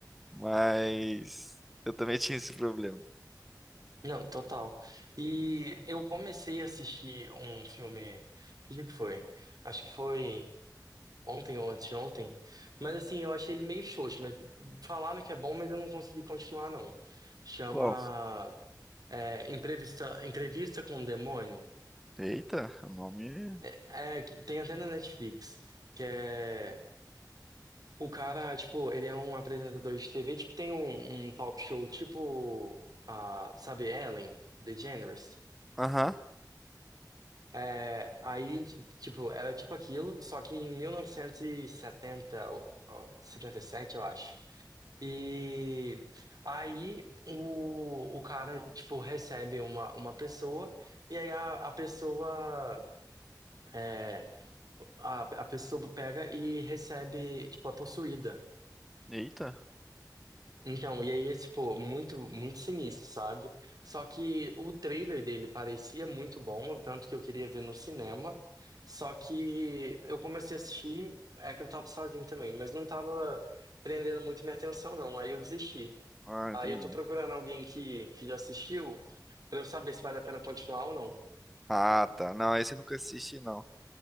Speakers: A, in the centre; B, on the right.
A: Mas eu também tinha esse problema.
B: Não, total. E eu comecei a assistir um filme. Que dia que foi? Acho que foi ontem ou anteontem. Mas assim, eu achei ele meio xoxo. Mas falaram que é bom, mas eu não consegui continuar, não. Chama.
A: Qual?
B: é, entrevista, Entrevista com o Demônio.
A: Eita, o nome.
B: É, é, tem até na Netflix, que é. O cara, tipo, ele é um apresentador de TV, tipo, tem um, um talk show, tipo, a, sabe, Ellen DeGeneres.
A: Aham.
B: É, aí, ti- tipo, era tipo aquilo, só que em mil novecentos e setenta ó, ó, 77 eu acho. E aí o, o cara, tipo, recebe uma, uma pessoa, e aí a, a pessoa. é, A, a pessoa pega e recebe, tipo, a possuída.
A: Eita.
B: Então, e aí é, tipo, muito, muito sinistro, sabe? Só que o trailer dele parecia muito bom, tanto que eu queria ver no cinema. Só que eu comecei a assistir, é que eu tava sozinho também, mas não tava prendendo muito minha atenção, não. Aí eu desisti.
A: Ah,
B: Aí
A: entendi.
B: eu tô procurando alguém que, que já assistiu, pra eu saber se vale a pena continuar ou não.
A: Ah, tá. Não, esse eu nunca assisti, não.